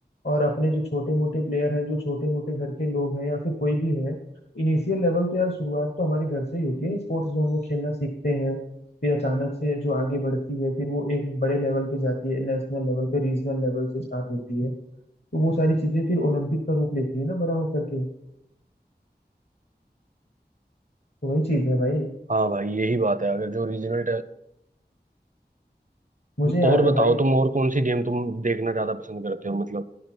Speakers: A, on the left; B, on the right.
A: और अपने जो छोटे मोटे प्लेयर हैं जो छोटे मोटे घर के लोग हैं या फिर कोई भी है इनिशियल लेवल तो यार शुरुआत तो हमारे घर से ही होती है ना स्पोर्ट्स जो हम लोग खेलना सीखते हैं फिर अचानक से जो आगे बढ़ती है फिर वो एक बड़े लेवल पे जाती है नेशनल लेवल पे रीजनल लेवल से स्टार्ट होती है तो वो सारी चीजें फिर ओलंपिक का रूप लेती है ना बड़ा होकर के तो वही चीज है भाई
B: हाँ भाई यही बात है अगर जो रीजनल
A: मुझे याद
B: और बताओ
A: है भाई
B: तुम और कौन सी गेम तुम देखना ज्यादा पसंद करते हो मतलब